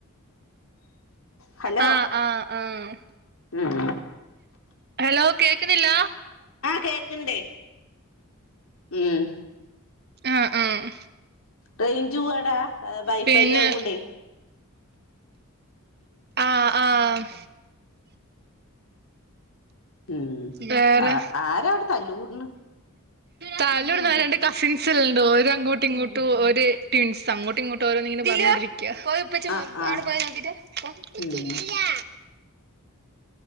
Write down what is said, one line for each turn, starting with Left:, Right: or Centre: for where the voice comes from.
Left: ഹലോ
Right: ആഹ് ആഹ് ആഹ്
Left: ഉം
Right: ഹലോ കേക്കുന്നില്ല
Left: കേക്കിണ്ടേ ഉം
Right: ആഹ് ആഹ്
Left: റേഞ്ച് പോവാടാ വൈഫൈ
Right: പിന്നെ
Left: ആവോണ്ടേ
Right: ആഹ് ആഹ്
Left: ഉം
Right: വേറെ
Left: ആ ആരാ അവിടെ തല്ലൂട്ണ്
Right: തല്ലൂട്ന്നരണ്ട് കസിൻസ്ല്ലണ്ടോ ഓര് അങ്ങോട്ടും ഇങ്ങോട്ടും ഒര് ട്വിൻസ് അങ്ങോട്ടും ഇങ്ങോട്ടും ഓരോന്ന് ഇങ്ങനെ പറഞ്ഞിരിക്കാ <unintelligible> അവടെപ്പോയി
Left: ആ ആ
Right: നോക്കീട്ട് വാ
Left: ഉം